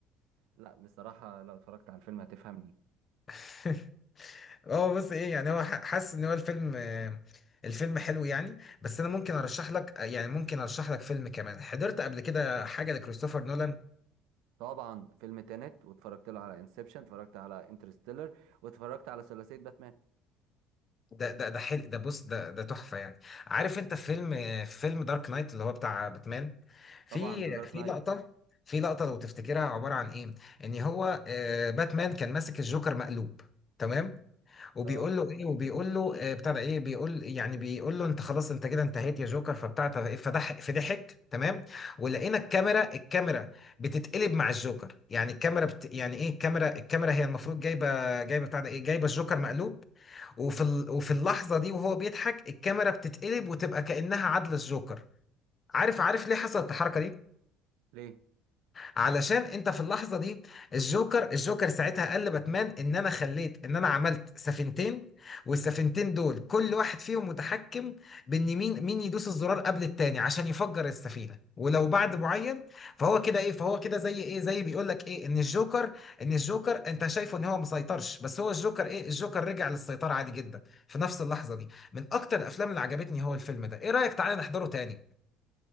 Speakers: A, on the right; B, on the left.
A: لا بصراحه لو اتفرجت على الفيلم هتفهمني
B: <laughs> هو بص ايه يعني هو ح- حاسس ان هو الفيلم آه، الفيلم حلو يعني بس انا ممكن ارشح لك يعني ممكن ارشح لك فيلم كمان حضرت قبل كده حاجة لكريستوفر نولان
A: طبعا فيلم تينت واتفرجت له على انسبشن اتفرجت على انترستيلر واتفرجت على ثلاثيه باتمان
B: ده ده ده حلو ده بص ده ده تحفه يعني عارف انت فيلم فيلم دارك نايت اللي هو بتاع باتمان في
A: طبعا ذا دارك
B: في
A: نايت
B: لقطه في لقطه لو تفتكرها عباره عن ايه ان هو آه، باتمان كان ماسك الجوكر مقلوب تمام وبيقول
A: اه
B: له ايه وبيقول له آه، بتاع ده ايه بيقول يعني بيقول له انت خلاص انت كده انتهيت يا جوكر فبتاع ده- ايه، فضح فضحك تمام ولقينا الكاميرا الكاميرا بتتقلب مع الجوكر يعني الكاميرا بت يعني ايه الكاميرا الكاميرا هي المفروض جايبه جايبه بتاع ده ايه جايبه الجوكر مقلوب وفي ال... وفي اللحظة دي وهو بيضحك الكاميرا بتتقلب وتبقى كأنها عدلة الجوكر عارف عارف ليه حصلت الحركة دي
A: ليه
B: علشان انت في اللحظه دي الجوكر الجوكر ساعتها قال لباتمان ان انا خليت ان انا عملت سفينتين والسفينتين دول كل واحد فيهم متحكم بان مين مين يدوس الزرار قبل التاني عشان يفجر السفينه ولو بعد معين فهو كده ايه فهو كده زي ايه زي بيقول لك ايه ان الجوكر ان الجوكر انت شايفه ان هو مسيطرش بس هو الجوكر ايه الجوكر رجع للسيطره عادي جدا في نفس اللحظه دي من اكتر الافلام اللي عجبتني هو الفيلم ده ايه رايك تعالى نحضره تاني